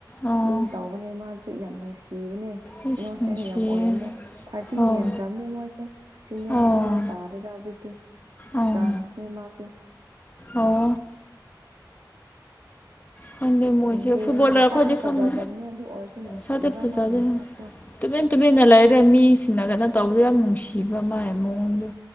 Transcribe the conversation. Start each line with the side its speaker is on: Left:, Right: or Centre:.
Left: ꯑꯣ
Right: ꯑꯗꯨꯝ ꯇꯥꯎꯕꯅꯦ ꯃꯥꯁꯨ ꯌꯥꯝ ꯅꯨꯡꯁꯤ
Left: ꯑꯩꯁ
Right: ꯅꯣꯁꯦꯟ
Left: ꯅꯨꯡꯁꯤꯌꯦ
Right: ꯌꯥꯝ ꯑꯣꯏꯕꯅꯦ ꯊꯥꯔꯇꯤ
Left: ꯑꯣ
Right: ꯍꯦꯟꯈ꯭ꯔꯕꯅꯦ ꯃꯣꯏꯁꯨ ꯁꯤꯅꯤꯌꯥꯔ
Left: ꯑꯣ
Right: ꯄ꯭ꯂꯦꯌꯥꯔ ꯇꯥꯔꯦꯗ ꯍꯧꯖꯤꯛꯇꯦ
Left: ꯑꯣ
Right: ꯐ꯭ꯔꯥꯟꯁꯦ ꯃꯥꯁꯨꯁꯨ
Left: ꯑꯣ ꯈꯪꯗꯦ ꯃꯣꯏꯁꯦ
Right: ꯈꯟꯗꯦꯅꯦ
Left: ꯐꯨꯠꯕꯣꯂꯔ
Right: ꯃꯁꯥꯛꯇꯤ
Left: ꯈꯣꯏꯗꯤ ꯈꯪꯗꯦ
Right: ꯐꯖꯗꯕꯅꯦ ꯑꯗꯨ ꯑꯣꯏꯔꯁꯨ ꯅꯨꯡꯁꯤꯕ
Left: ꯐꯖꯗꯦ ꯐꯖꯗꯦ
Right: ꯃꯥꯒꯤ ꯃꯁꯇꯣ
Left: ꯇꯨꯃꯤꯟ ꯇꯨꯃꯤꯟꯅ ꯂꯩꯔꯦ ꯃꯤꯁꯤꯡꯅꯒꯅ ꯇꯧꯕꯗꯣ ꯌꯥꯝ ꯅꯨꯡꯁꯤꯕ ꯃꯥ ꯃꯑꯣꯡꯗꯣ